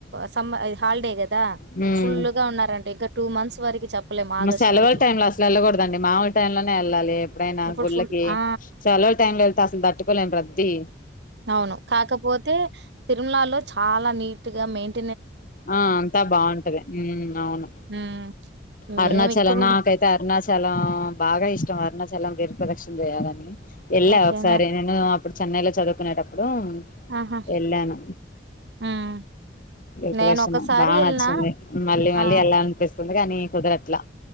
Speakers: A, on the right (about 60°); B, on the left (about 45°).
A: సమ్మర్ హాలిడే కది దా
B: హ్మ్
A: ఫుల్ గా ఉన్నన్నారుంట టూ మంత్స్ వరకి
B: సెలవుల
A: వరకి
B: టైంలో అసలు వెళ్ళకూడదండి మాములు టైంలోనే వెళ్ళాలి ఎప్పుడైనా
A: ఇప్పుడు
B: గుళ్ళకి
A: ఫుల్ ఆ
B: సెలవుల టైంలో వెళ్తే అసలు తట్టుకోలేం ప్రద్దీ
A: అవును కాకపోతే తిరుమలాలో చాలా నీర్ గా మైన్
B: ఆ అంతా బాగుంటది హా అవును
A: హ్మ్.
B: అరుణాచల్
A: మేము ఇక్కడ
B: నాకైతే అరుణాచల్ చాలా బాగా ఇష్టం అరుణాచలంపేరు ప్రదక్షం చేయాలని ఎల్లా
A: ఓకేనా
B: ఒకసారి నేను ఇప్పుడు చెన్నైలో చదువుకునేటపుడు హా
A: ఆహా!
B: వెళ్ళాను
A: హ్మ్.
B: ఇప్పుడే
A: నేను
B: వస్తున్నాం
A: ఒకసారి
B: బాగా నచ్చింది
A: ఎళ్ళినా
B: మళ్ళీ మళ్ళీ
A: ఆ!
B: ఎలా అనిపిస్తుంది ఉంది కానీ కుదరట్లా